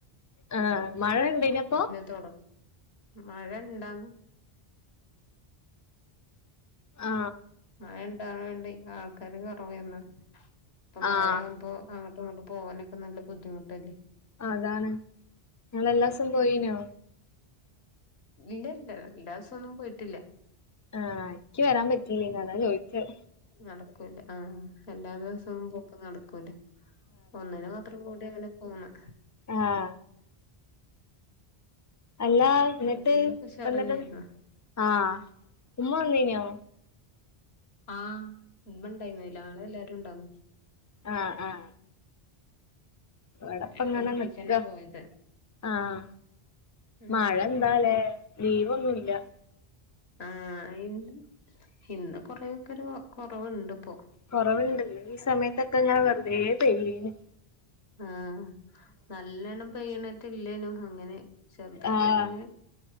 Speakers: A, on the left; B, on the left.
A: ആ മഴെയ്തിനോ അപ്പൊ
B: തൊടങ്ങാ മഴെ ഇണ്ടാവുമ്പോ
A: ആ
B: മഴ ഇണ്ടാവ്നോണ്ടേ ആൾക്കാരും കൊറെവേയ്ര്ന്നു ഇപ്പൊ
A: ആഹ്
B: മഴെ ആവുമ്പോ അ ങ്ങയും ഇങ്ങട്ടും പോവാനൊക്കെ നല്ലെ ബുദ്ധിമുട്ടല്ലേ
A: അഹ അതാണ് ഇങ്ങള് എല്ലാസും പോയിന്യോ?
B: ഇല്ലില്ലാഎല്ലാ ദിവസം ഒന്നും പോയിട്ടില്ല
A: ആഹ ഇനിക്കി വെരാൻ പറ്റില്ല അതാ ചോദിച്ചത്
B: നടെക്കൂല്ല ആ എല്ലാ ദിവസവുന്നും പോക്ക് നടെക്കൂല ഒന്നിന് മാത്രം കൂടി അങ്ങനെ പോവ്ന്ന്
A: ആഹ അല്ലാ ഇന്നട്ട്
B: കല്യാണൊക്കെ ഉഷാറന്നായിരുന്നു
A: ഇപ്പ ഇന്നട്ട് ആഹ ഉമ്മ വന്നീന്യോ
B: ആഹ് ഇമ്മ ഇണ്ടായിരുന്നല്ലോ നങ്ങളെല്ലാരും ഇണ്ടാവുന്ന്
A: ആഹ ആഹ ഇവടെപ്പങ്ങനെ
B: ഞങ്ങള് ഒരുമിച്ചന്നെ
A: നിക്കാ
B: പോയത്
A: ആഹ
B: ഉം
A: മഴെ എന്താലേ
B: എന്നിട്ട്
A: നീവൊന്നുല്ലാ
B: ആഹ ഇന്ന്, ഇന്ന് കൊറേക്കെരു കൊറവുണ്ട് ഇപ്പോ
A: കൊറവ്ണ്ട് ഈ സമയത്തൊക്കെ ഇങ്ങനെ വെറുതെ പെയ്യ്ണ്
B: ആഹ നല്ലേണം പെയ്യ്ണ്റ്റെല്ലേനു അങ്ങനെ ചെറുതായിട്ടങ്ങനെ
A: ആഹ്